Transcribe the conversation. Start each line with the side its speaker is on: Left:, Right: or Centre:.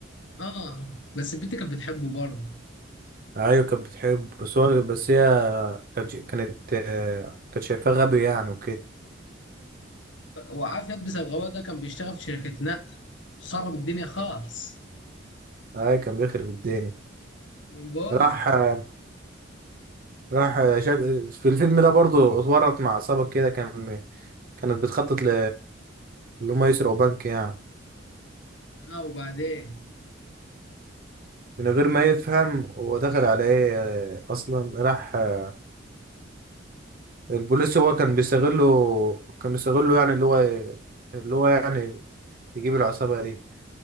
Left: اه بس البنت كانت بتحبه برضه
Right: ايوه كانت بتحب بس هو بس هي كانت كانت آه، كانت شايفاه غبي يعني وكده
Left: وعافية بسبب غباء ده كان بيشتغل في شركة نقل خرب الدنيا خالص
Right: اي كان بيخرب الدنيا
Left: من بول
Right: راح آه، راح آه، شك... في الفيلم ده برضو اتورط مع عصابة كده كان كانت بتخطط ل اللي هم يسرقوا بنك يعني
Left: اه وبعدين
Right: من غير ما يفهم هو دخل على ايه آه، اصلا راح آه، البوليس هو كان بيستغله كان بيستغله يعني اللي هو اللي هو يعني يجيب العصابة دي